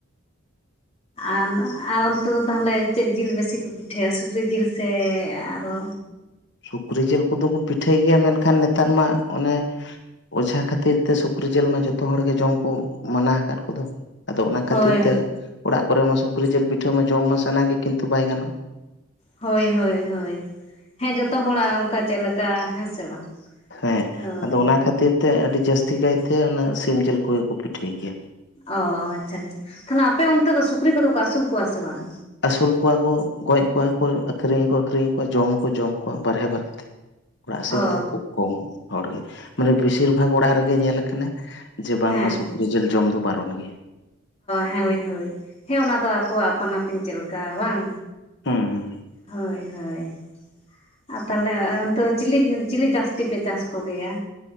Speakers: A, on the left (about 30°); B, on the left (about 55°).
A: ᱟᱨ ᱟᱨ ᱚᱱᱛᱮ ᱫᱚ ᱛᱟᱦᱚᱞᱮ ᱪᱮᱫ ᱡᱤᱞ ᱵᱮᱥᱤ ᱠᱚ ᱯᱤᱴᱷᱟᱹᱭᱟ ᱥᱩᱠᱨᱤ ᱡᱤᱞ ᱥᱮ ᱟᱨᱚ
B: ᱥᱩᱠᱨᱤ ᱡᱤᱞ ᱠᱚᱫᱚ ᱠᱚ ᱯᱤᱴᱷᱟᱹᱭ ᱜᱮᱭᱟ ᱢᱮᱱᱠᱷᱟᱱ ᱱᱮᱛᱟᱨ ᱢᱟ ᱚᱱᱮ ᱚᱡᱷᱟ ᱠᱷᱟᱹᱛᱤᱨ ᱛᱮ ᱥᱩᱠᱨᱤ ᱡᱤᱞ ᱢᱟ ᱡᱚᱛᱚ ᱦᱚᱲ ᱜᱮ ᱡᱚᱢ ᱠᱚ ᱢᱟᱱᱟ ᱟᱠᱟᱫ ᱠᱚᱫᱚ ᱟᱫᱚ ᱚᱱᱟ ᱠᱷᱟᱹᱛᱤᱨ
A: ᱦᱳᱭ
B: ᱛᱮ ᱚᱲᱟᱜ ᱠᱚᱨᱮ ᱢᱟ ᱥᱩᱠᱨᱤ ᱡᱤᱞ ᱯᱤᱴᱷᱟᱹ ᱢᱟ ᱡᱚᱢ ᱢᱟ ᱥᱟᱱᱟ ᱜᱮ ᱠᱤᱱᱛᱩ ᱵᱟᱭ ᱜᱟᱱᱚᱜ-ᱟ
A: ᱦᱳᱭ ᱦᱳᱭ ᱦᱳᱭ ᱦᱮᱸ ᱡᱚᱛᱚ ᱦᱚᱲᱟᱜ ᱚᱱᱠᱟ ᱪᱮᱫ ᱞᱮᱠᱟ ᱦᱮᱸ ᱥᱮ ᱵᱟᱝ
B: ᱦᱮᱸ
A: ᱦᱳᱭ
B: ᱟᱫᱚ ᱚᱱᱟ ᱠᱷᱟᱹᱛᱤᱨ ᱛᱮ ᱟᱹᱰᱤ ᱡᱟᱹᱥᱛᱤ ᱠᱟᱭᱛᱮ ᱚᱱᱟ ᱥᱤᱢ ᱡᱤᱞ ᱠᱚᱜᱮ ᱠᱚ ᱯᱤᱴᱷᱟᱹᱭ ᱜᱮᱭᱟ᱾
A: ᱚᱻ ᱟᱪᱪᱷᱟ ᱟᱪᱪᱷᱟ ᱛᱟᱦᱚᱞᱮ ᱟᱯᱮ ᱚᱱᱛᱮ ᱫᱚ ᱥᱩᱠᱨᱤ ᱠᱚᱫᱚ ᱠᱚ ᱟᱹᱥᱩᱞ ᱠᱚᱣᱟ ᱥᱮ ᱵᱟᱝ
B: ᱟᱹᱥᱩᱞ ᱠᱚᱣᱟ ᱠᱚ ᱜᱚᱡ ᱠᱚᱣᱟ ᱠᱚ ᱟᱹᱠᱷᱨᱤᱧᱠᱚ ᱟᱠᱷᱨᱤᱧ ᱠᱚᱣᱟ ᱡᱚᱢ ᱦᱚᱸᱠᱚ ᱡᱚᱢ ᱠᱚᱣᱟ ᱵᱟᱨᱦᱮ ᱵᱟᱨᱦᱮ ᱛᱮ ᱚᱲᱟᱜ ᱥᱮᱱ
A: ᱚ
B: ᱫᱚ ᱠᱷᱩᱵ ᱠᱚᱢ ᱦᱚᱲᱜᱮ ᱢᱟᱱᱮ ᱵᱮᱥᱤᱨ ᱵᱷᱟᱜᱽ ᱚᱲᱟᱜ ᱨᱮᱜᱮ ᱧᱮᱞ ᱠᱟᱱᱟ ᱡᱮ ᱵᱟᱝᱢᱟ
A: ᱦᱮᱸ
B: ᱥᱩᱠᱨᱤ ᱡᱤᱞ ᱡᱚᱢ ᱫᱚ ᱵᱟᱨᱚᱱ ᱜᱮᱭᱟ᱾
A: ᱦᱮ ᱦᱳᱭ ᱦᱳᱭ ᱦᱮᱸ ᱚᱱᱟ ᱫᱚ ᱟᱠᱚᱣᱟᱜ ᱟᱯᱟᱱ ᱟᱹᱯᱤᱱ ᱪᱮᱫ ᱞᱮᱠᱟ ᱵᱟᱝ
B: ᱦᱮᱸ ᱦᱮᱸ
A: ᱦᱳᱭ ᱦᱳᱭ ᱟᱨ ᱛᱟᱦᱚᱞᱮ ᱚᱱᱛᱮ ᱪᱤᱞᱤ ᱪᱤᱞᱤ ᱡᱟᱹᱥᱛᱤ ᱯᱮ ᱪᱟᱥ ᱠᱚᱜᱮᱭᱟ